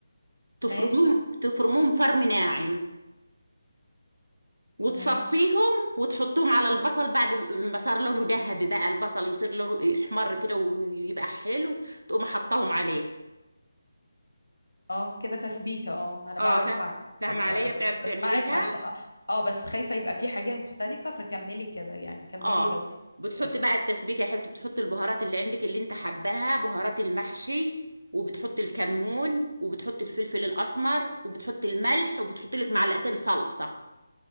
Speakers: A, on the right; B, on the left.
A: تفرموهم
B: ماشي
A: تفرموهم فرم ناعم وتصفيهم
B: ماشي
A: وتحطهم على البصل بعد ما صار لونه ذهبي بقى البصل يصير لونه يحمر كده ويبقى حلو تقوم حطاهم عليه
B: اه كده تسبيكة اه انا
A: اه
B: بعرف
A: فاهم
B: اعمل
A: فاهمة
B: ب-
A: عليا بتعرف
B: بس بسمعك
A: تعمليها
B: عشان اه آه، بس خايفة يبقى في حاجة مختلفة فكملي كده يعني كملي
A: اه
B: لو في
A: بتحط
B: مختلفة
A: بقى التسبيكة يا حبيبتي بتحط البهارات اللي عندك اللي انت حباها بهارات المحشي وبتحط الكمون وبتحط الفلفل الأسمر وبتحط الملح وبتحط لك معلقتين صلصة